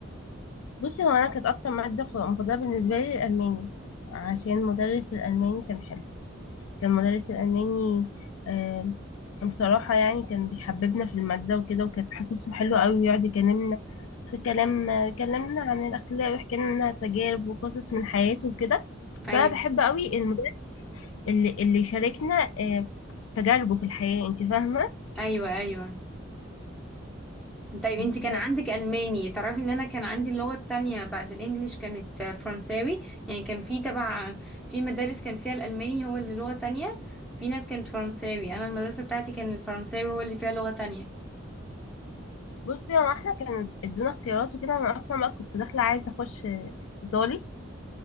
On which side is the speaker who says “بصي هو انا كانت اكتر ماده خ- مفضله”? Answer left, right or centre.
Left